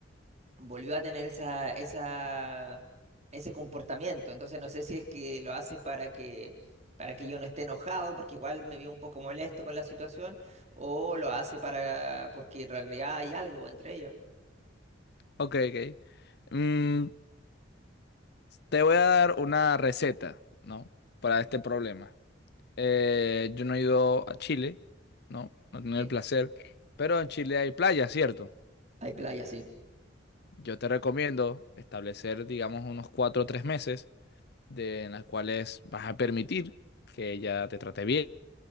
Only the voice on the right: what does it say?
volvió a tener esa, esa, ese comportamiento. Entonces no sé si es que lo hace para que, para que yo no esté enojado, porque igual me vio un poco molesto con la situación, o lo hace para, porque en realidad hay algo entre ellos.
Ok,
ok.
Hay playa, sí.